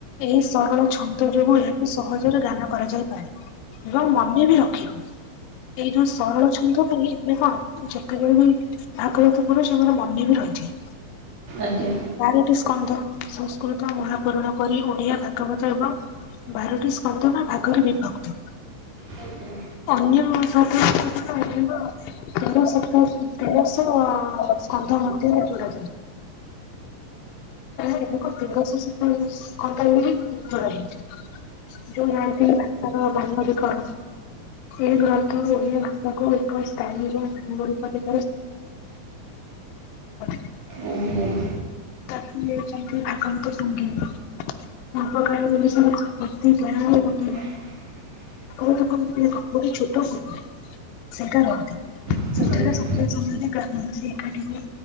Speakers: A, on the left (about 80°); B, on the right (about 50°).
A: ଏହି ସରଳ ଛନ୍ଦ ଯୋଗୁଏହା ସହଜରେ ଗାନ କରାଯାଇପାରେ ଏବଂ ମନେ ବି ର ଏଇ ଯୋଉ ସରଳ ଛନ୍ଦ ପାଇଁ ଆମେ କଣ ଯେତେବେଳେ ବି ଭାଗବତ ପଢୁଚେ ଆମର ମନେବି ରହିଥାଏ।
B: ଆଜ୍ଞା।
A: ବାରଟି ସ୍କଧ ସଂସ୍କୃତ ମହାପୁରାଣ କରି ଓଡିଆ ଭା <unintelligible> ବାରଟି ସ୍କନ୍ଦ ବା ଭାଗରେ ବିଭକ୍ତ।
B: ଆଜ୍ଞା।
A: ଅନ୍ୟ <unintelligible> ତେରସତ ତେରଶହ ସ୍କନ୍ଦ ମଧ୍ୟରେ। <unintelligible> <unintelligible> <unintelligible> ତାର ମାନବିକ ଏହି ଗ୍ରନ୍ଥ କୁ ଓଡ଼ିଆ ଭାଷାକୁ ଏକ ସ୍ଥାୟୀର ମୂଳ ରୁପରେ <unintelligible>
B: ଆଜ୍ଞା।
A: ତାକୁ ଦେଇଚନ୍ତି ଭାଗଙ୍କ ସଙ୍ଗୀତ। ପୂର୍ବକାଳେ ଓଡ଼ିଶାରେ ପ୍ରତି ଗାଁରେ
B: <unintelligible>
A: ହେବକି ଗୋଟେ ଛୋଟ ଶିକା ଶିକାର
B: ଆଜ୍ଞା
A: ସେଠାରେ ସନ୍ଧ୍ୟା
B: ଆଜ୍ଞା।
A: ସମୟରେ ଗ୍ରାମବାସୀ ଏକାଠି ହୋଇ